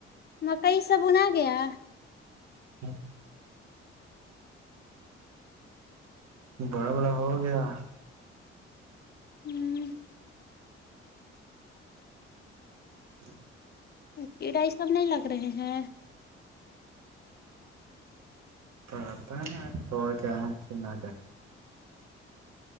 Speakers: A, on the left; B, on the right.
A: مکئی سب انا گیا
B: ہاں بڑا بڑا ہو گیا
A: ہوں
B: جی
A: کیڑائی سب نہیں لگ رہے ہیں
B: پتا ہے توڑ کیا پھر نہ